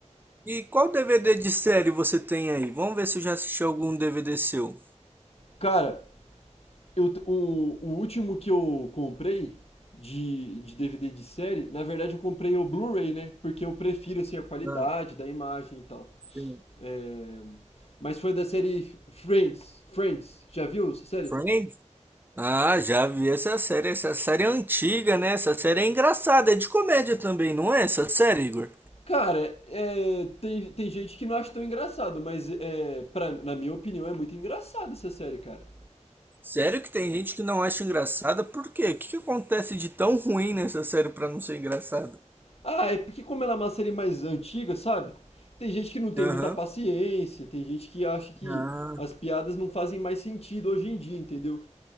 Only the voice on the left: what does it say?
Cara, eu, t- o, o último que eu comprei de, de DVD de série, na verdade eu comprei o Blu-ray, né? Porque eu prefiro assim a qualidade
da imagem e tal.
É, mas foi da série Friends. Friends, já viu essa série?
Cara, é, tem, tem gente que não acha tão engraçado, mas é, pra, na minha opinião é muito engraçada essa série, cara.
Ah, é porque como ela é uma série mais antiga, sabe? Tem gente que não tem
muita paciência, tem gente que acha que
as piadas não fazem mais sentido hoje em dia, entendeu?